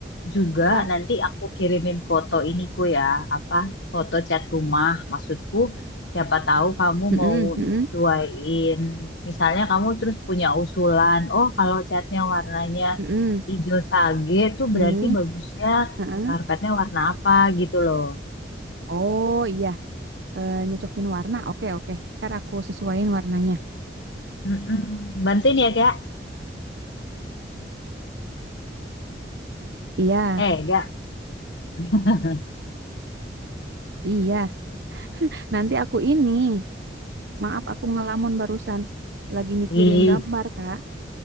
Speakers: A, on the left; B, on the right.
A: juga
B: Wah,
A: nanti aku kirimin foto iniku ya, apa foto cat rumah. Maksudku, siapa tahu kamu
B: mm-mm,
A: mau
B: mm-mm,
A: nyesuaiin. Misalnya kamu terus punya usulan, oh kalau catnya warnanya
B: mm-mm.
A: hijau sage tuh
B: Ini,
A: berarti bagusnya
B: mm-mm.
A: karpetnya warna apa gitu loh.
B: Oh iya, Eh, nyocokin warna. Oke oke, Ntar aku sesuaiin warnanya.
A: Mm-mm. Bantuin ya, Kak?
B: Iya
A: Eh, Kak. <laughs>
B: iya. Nanti aku ini, maaf aku ngelamun barusan, lagi mikirin
A: Ih,
B: gambar kak.